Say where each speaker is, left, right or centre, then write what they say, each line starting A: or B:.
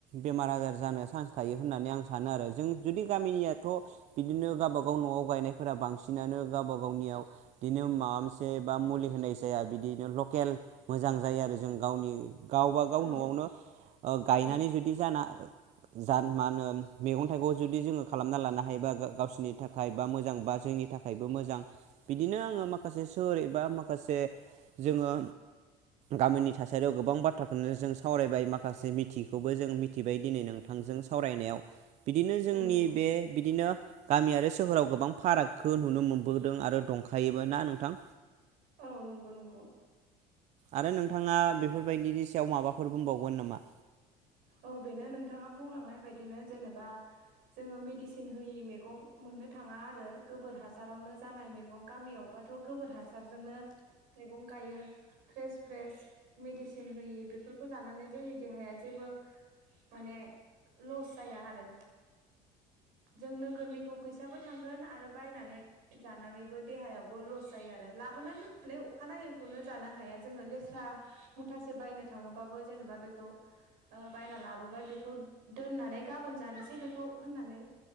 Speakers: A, on the right; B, on the right.
A: बेमार आजार जानो चान्स थायो होननानै आं सानो आरो जों जुदि गामिनियाथ' बिदिनो गाबा गा गाव न'आव गायनायफोरा बांसिनानो गावबा गावनियाव बिदिनो माबा मोनसे बा मुलि होनाय जाया बिदिनो लकेल मोजां जायो आरो जों गावनि गावबागाव
B: औ
A: न'आवनो ओ गायनानै
B: औ
A: जुदि जाना जा मा होनो मैगं थाइगं जुदि जोङो खालामना लानो हायोबा गावसोरनि थाखाय। बा मोजां बा जोंनि थाखायबो मोजां बिदिनो आङो माखासे सोर एबा माखासे जोङो गाबोननि थासारियाव गोबां बाथ्राखौनो जों सावरायबाय माखासे मिथिखौबो जों मिथिबाय दिनै नोंथांजों सावरायनायाव बिदिनो जोंनि
B: औ नंगौ
A: बे बिदिनो गामि आरो सोहोराव गोबां फारागखौ नुनो मोनबोदों आरो दंखायोबो ना नोंथां।
B: औ नंगौ नंगौ।
A: आरो नोंथाङा बेफोर बायदिनि सायाव माबाफोर बुंबावगोन नामा?
B: औ बेनो नोंथाङा बुंलांनाय बादिनो जेनेबा जोङो मेडिसिन होयि मैगं मोननो थाङा आरो गोबोर हासारावनो जानाय मैगं गामियावबाथ' गोबोर हासारजोंनो मैगं गायो फ्रेस फ्रेस मेडिसिन होयि बेफोरखौ जानानै जोंनि देहाया जेबो माने लस जाया आरो जों नोगोरनिखौ फैसाबो थांगोन आरो बायनानै जानानैबो देहायाबो लस जायो आरो लाबोना दोननानै अखानायैखौनो जानो हाया जोङो लेस्रा मुथासे बायनो थाङोबाबो जेनेबा बेखौ ओ बायना लाबोबाय बेखौ दोननानै गाबोन जानोसै बेखौ होननानै